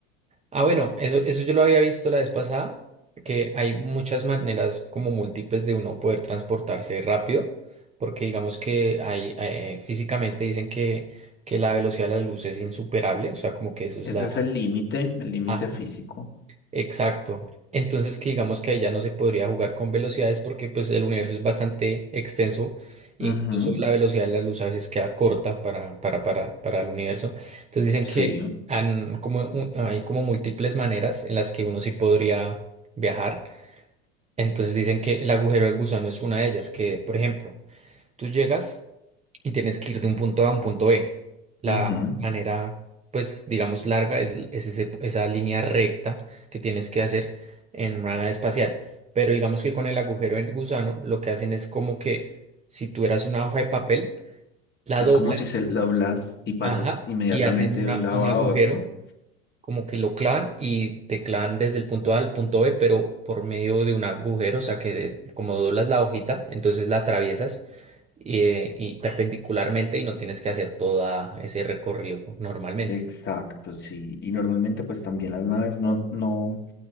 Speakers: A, on the right; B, on the left.
A: Ah, bueno, eso, eso yo lo había visto la vez pasada, que hay muchas maneras como múltiples de uno poder transportarse rápido, porque digamos que hay, eh, físicamente dicen que, que la velocidad de la luz es insuperable, o sea, como que eso es
B: Ese
A: la...
B: es el límite, el límite
A: ah,
B: físico.
A: Exacto. Entonces que digamos que ahí ya no se podría jugar con velocidades porque pues el universo es bastante extenso, incluso
B: Ujú,
A: la velocidad de la luz a veces queda corta para, para, para, para el universo. Entonces dicen
B: sí,
A: que han como, u- hay como múltiples maneras en las que uno sí podría viajar. Entonces dicen que el agujero del gusano es una de ellas, que por ejemplo, tú llegas y tienes que ir de un punto A a un punto B. La
B: ujú.
A: manera, pues, digamos, larga es, es ese- esa línea recta que tienes que hacer en una nave espacial. Pero digamos que con el agujero en gusano, lo que hacen es como que si tú eras una hoja de papel, la
B: Es
A: doblan,
B: como si se doblas y pasas
A: ajá,
B: inmediatamente
A: y hacen una,
B: de un lado
A: un agujero
B: a otro.
A: como que lo clavan y te clavan desde el punto A al punto B, pero por medio de un agujero, o sea que de- como doblas la hojita, entonces la atraviesas eh, y perpendicularmente y no tienes que hacer todo ese recorrido normalmente.
B: Exacto, sí. Y normalmente pues también las naves no, no,